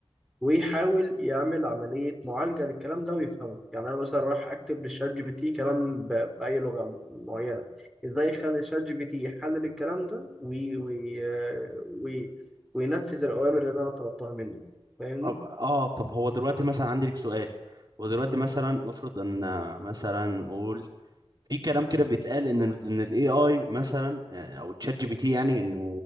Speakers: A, in the centre; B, on the right.
A: ويحاول يعمل عملية معالجة للكلام ده ويفهمه يعني أنا مثلا رايح أكتب للشات جي بي تي كلام ب- بأي لغة معينة إزاي يخلي الشات جي بي تي يحلل الكلام ده وي... وي... آه، وي... وينفذ الأوامر اللي أنا طلبتها منه فاهمني؟
B: طب اه طب هو دلوقتي مثلا عندي لك سؤال هو دلوقتي
A: مم.
B: مثلا افرض ان آه، مثلا قول في كلام كده بيتقال ان ان الاي اي مثلا آه، او تشات جي بي تي يعني انه